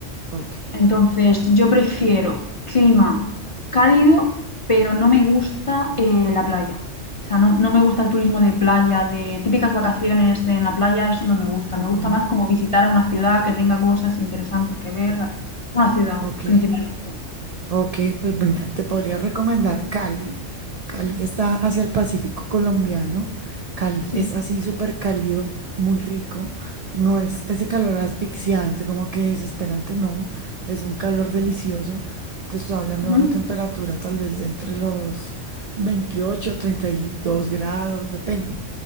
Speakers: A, on the right (about 85°); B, on the left (about 45°).
A: ok.
B: Entonces, yo prefiero clima cálido, pero no me gusta eh, la playa. O sea, no, no me gusta el turismo de playa, de típicas vacaciones en la playa, eso no me gusta.
A: ujú.
B: Me gusta más como visitar a una ciudad que tenga cosas interesantes que ver, la- una ciudad
A: Ok,
B: principalmente.
A: Ok, pues mira, te podría recomendar Cali. Cali está hacia el Pacífico colombiano. Cali
B: Sí.
A: es así súper cálido, muy rico. No es ese calor asfixiante, como que desesperante, no. Es un calor delicioso. Te estoy hablando
B: Ujú.
A: de una temperatura tal vez de entre los veintiocho treinta y dos grados, depende.